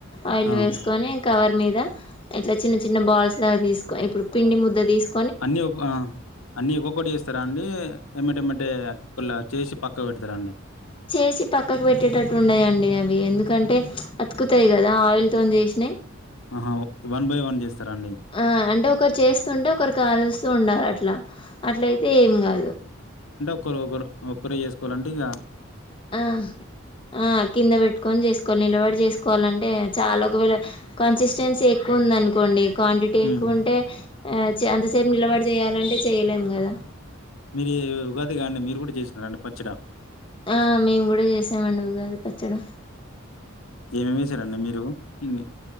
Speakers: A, on the left; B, on the left.
A: ఆయిల్
B: ఆ
A: వేసుకొని కవర్ మీద ఇట్లా చిన్న చిన్న బాల్స్ లాగా తీసుకో ఇప్పుడు పిండి ముద్ద తీసుకో
B: అన్ని ఒ అన్నిీ ఒక్కొక్కటి చేస్తారా అండి ఏమటిమ అంటే కులా చేసి పక్క పెడతారంండి
A: చేసి పక్కకు పెట్టేటట్టు ఉండయంండి అవి ఎందుకంటే అతుకుతాయి కదా ఆయిల్ తో చేసినాయి
B: ఆహా! వన్ బై వన్ చేస్తారా అండి?
A: ఆ అంటే ఒకరు చేస్తుంటే ఒకరి కాల్ చూండారు అట్లా అట్లయితే ఏం కాదు
B: ఒక్కరు ఒకరు ఒక్కరుే చేసుకోవాలంటే ఇక
A: ఆ ఆ కింద పెట్టుకొని చేసుకోవాలి నిలబడి చేసుకోవాలంటే చాలా ఒకవేళ కొంచ ఛాన్స్ ఎక్కువ ఉందనుకోండి క్వాంటిటీ
B: హ్మ్.
A: ఎక్కువ ఉంటే ఆ అంతసేపు నిలబడి చేయాలంటే చెయలేము కదా
B: మీరు ఉగాదిగా అండి మీరు కూడా చేసినారండి పచ్చడ
A: ఆ మేము కూడా చేసామంండి ఉగాది పచ్చడ
B: ఏమేమిసారండి మీరు హ్మ్.